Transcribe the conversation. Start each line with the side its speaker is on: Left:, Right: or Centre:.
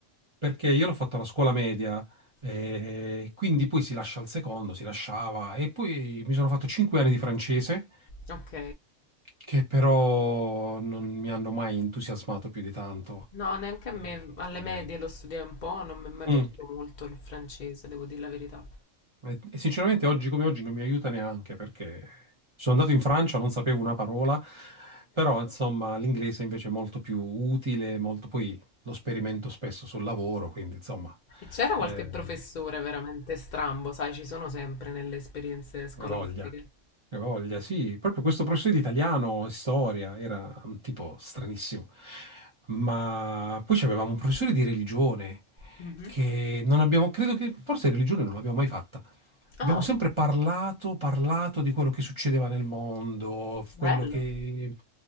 Right: perché io l'ho fatto alla scuola media, eh, quindi poi si lascia al secondo, si lasciava, e poi mi sono fatto cinque anni di francese,
Left: ok.
Right: che però non mi hanno mai entusiasmato più di tanto.
Left: No, neanche a
Right: Eh,
Left: me, alle
Right: eh,
Left: medie lo studiai un po', non mi è mai
Right: mm.
Left: piaciuto molto il francese, devo dire la verità.
Right: E e sinceramente oggi come oggi non mi aiuta neanche perché sono andato in Francia, non sapevo una parola, però insomma l'inglese invece è molto più utile, molto... poi lo sperimento spesso sul lavoro, quindi insomma
Left: E c'era qualche
Right: eh,
Left: professore veramente strambo, sai, ci sono sempre nelle esperienze scolastiche.
Right: che voglia, che voglia, sì, proprio questo professore di italiano e storia era un tipo stranissimo. Ma poi avevamo un professore di religione
Left: Mhm.
Right: che non abbiamo, credo che forse religione non l'abbiamo mai fatta.
Left: Ah,
Right: Abbiamo sempre parlato, parlato di quello che succedeva nel mondo,
Left: bello.
Right: quello che